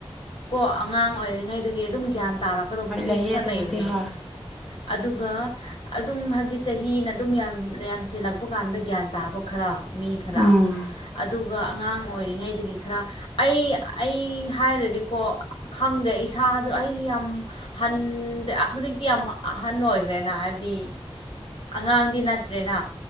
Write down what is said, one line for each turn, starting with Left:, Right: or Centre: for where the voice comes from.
Left: ꯀꯣ ꯑꯉꯥꯡ ꯑꯣꯏꯔꯤꯔꯤꯉꯩꯗꯒꯤ ꯑꯗꯨꯝ ꯒ꯭ꯌꯥꯟ ꯇꯥꯔꯛꯀꯗꯧꯕ
Centre: ꯍꯣꯏ
Left: ꯃꯤ
Centre: ꯂꯩꯌꯦ
Left: ꯈꯔ
Centre: ꯑꯗꯨꯕꯨꯗꯤ
Left: ꯂꯩꯕꯅꯦ
Centre: ꯍꯣꯏ
Left: ꯑꯗꯨꯒ ꯑꯗꯨꯝ ꯍꯥꯏꯕꯗꯤ ꯆꯍꯤꯅ ꯑꯗꯨꯝ ꯌꯥꯝ ꯌꯥꯝꯁꯤꯜꯂꯛꯄ ꯀꯥꯟꯗ ꯒ꯭ꯌꯥꯟ ꯇꯥꯕ ꯈꯔ ꯃꯤ ꯈꯔ
Centre: ꯎꯝ
Left: ꯑꯗꯨꯒ ꯑꯗꯨꯒ ꯑꯉꯥꯡ ꯑꯣꯏꯔꯤꯉꯩꯗꯒꯤ ꯈꯔ ꯑꯩ ꯑꯩ ꯍꯥꯏꯔꯗꯤ ꯀꯣ ꯈꯪꯗꯦ ꯏꯁꯥꯗꯣ ꯑꯩꯒꯤ ꯌꯥꯝ ꯍꯟꯗꯦ ꯍꯧꯖꯤꯛꯇꯤ ꯌꯥꯝ ꯑꯍꯟ ꯑꯣꯏꯔꯦ ꯦꯅ ꯍꯥꯏꯕꯗꯤ ꯑꯉꯥꯡꯗꯤ ꯅꯠꯇ꯭ꯔꯦꯅ